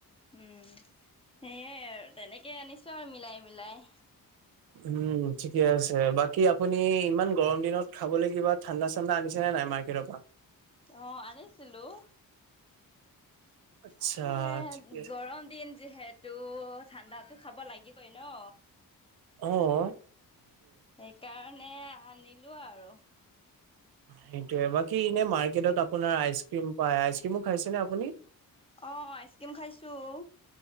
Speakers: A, on the left; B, on the right.
A: উম! সেয়াই আৰু তেনেকে আনিছোঁ আৰু মিলাই, মিলাই।
B: উম ঠিকে আছে বাকী আপুনি ইমান গৰম দিনত খাবলে কিবা ঠাণ্ডা- চাণ্ডা আনিছে। আছে নাই মাৰকেটৰপৰা
A: অ' আনিছিলোঁ।
B: আচ্ছা
A: হ
B: ঠিকে আছে।
A: গৰম দিন যিহেতু ঠাণ্ডাতো খাব। হাব লাগিবই ন।
B: অহ
A: সেইকাৰণে আনিলো আৰু
B: সেইটোয়ে বাকী এনে মাৰ্কেটত আপোনাৰ আইচ ক্ৰীম পায় আইচ ক্ৰীমো খাইছেনে আপুনি
A: অঁ আইচক্ৰীম খাইছোঁ